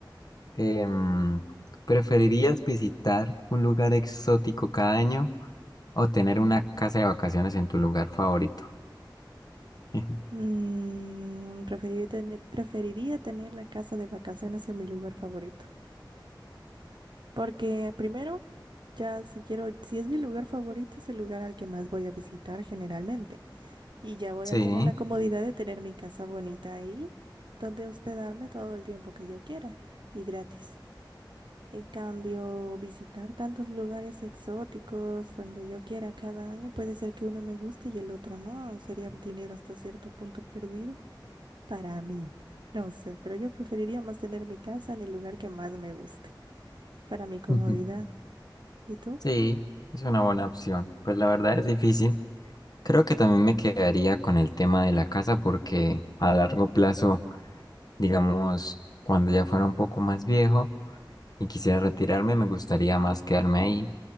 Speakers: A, on the left; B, on the right.
A: Em, ¿preferirías visitar un lugar exótico cada año o tener una casa de vacaciones en tu lugar favorito? <laughs>
B: Mm, preferiría tener, preferiría tener la casa de vacaciones en mi lugar favorito. Porque primero, ya si quiero, si es mi lugar favorito, es el lugar al que más voy a visitar generalmente. Y ya voy
A: Sí,
B: a tener la comodidad de tener mi casa bonita ahí, donde hospedarme todo el tiempo que yo quiera y gratis. En cambio, visitar tantos lugares exóticos donde yo quiera cada año puede ser que uno me guste y el otro no. Sería dinero hasta cierto punto perdido. Para mí, no sé, pero yo preferiría más tener mi casa en el lugar que más me guste, para mi comodidad.
A: ujú,
B: ¿Y tú?
A: sí, es una buena opción. Pues la verdad es difícil. Creo que también me quedaría con el tema de la casa porque a largo plazo, digamos, cuando ya fuera un poco más viejo, y quisiera retirarme, me gustaría más quedarme ahí